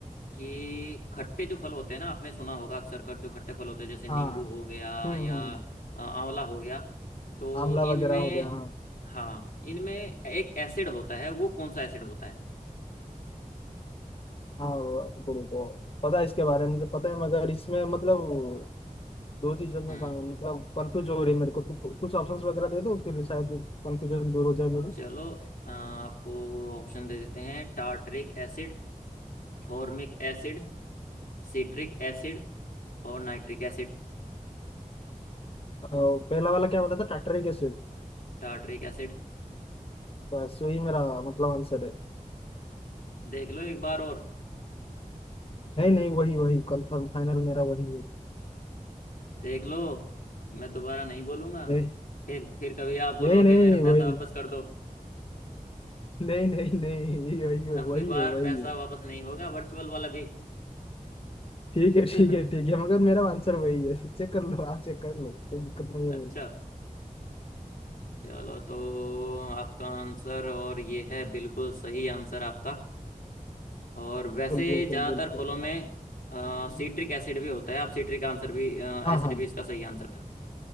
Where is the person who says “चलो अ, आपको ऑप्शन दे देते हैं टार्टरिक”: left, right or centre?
Left